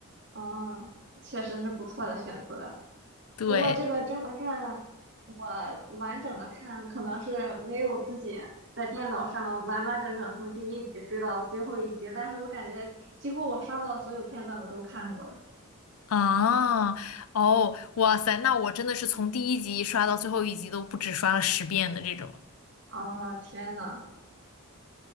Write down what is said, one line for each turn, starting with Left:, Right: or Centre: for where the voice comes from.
Right: 嗯，确实是不错的选择。
Left: 对
Right: 不过这个《甄嬛传》，我完整的看可能是没有自己在电脑上完完整整从第一集追到最后一集，但是我感觉几乎我刷到的所有片段我都看过了。
Left: 啊，哦，哇塞，那我真的是从第一集刷到最后一集都不止刷了十遍的这种，
Right: 啊，天呐，